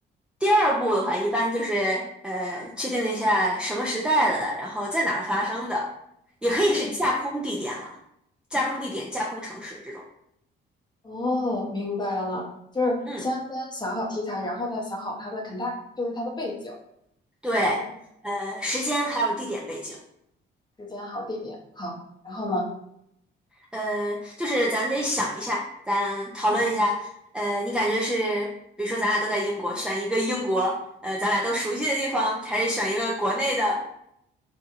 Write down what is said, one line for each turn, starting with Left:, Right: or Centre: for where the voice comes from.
Centre: 第二步的话，一般就是呃，确定一下什么时代的，然后在哪儿发生的，也可以是架空地点了，
Left: 哦
Centre: 架空地点、架空城市这种。
Left: 哦，明白了，就是先先想好题材，
Centre: 嗯，
Left: 然后再想好它的 context，就是它的背景，
Centre: 对，
Left: 嗯，
Centre: 呃，时间还有地点背景，
Left: 时间好，地点好，然后呢，
Centre: 呃，就是咱得想一下，咱讨论一下，
Left: 嗯，
Centre: 呃，你感觉是，比如说咱俩都在英国，选一个英国，呃，咱俩都熟悉的地方，还是选一个国内的？